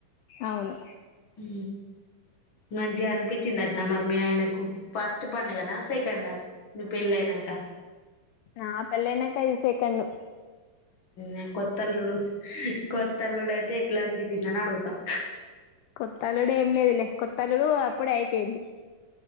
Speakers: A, on the left; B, on the left.
A: అవును
B: హు మంచిగ అనిపించింది అటనా మరి మీ ఆయనకు ఫస్ట్ పండుగన సెకండా మీ పెళ్ళి అయినంక
A: నా పెళ్లయినంక ఇది సెకండు
B: హు కొత్తల్లుడ్లు కొత్తల్డు అయితె ఎట్లానిపించిందని అడుగుతాం
A: కొత్త అల్లుడు ఏం లేదులె కొత్తల్లుడు అప్పుడె అయిపోయింది